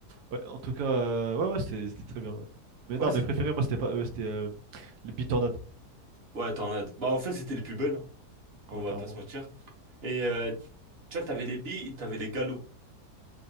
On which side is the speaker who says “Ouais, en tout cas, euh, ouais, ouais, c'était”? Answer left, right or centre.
Right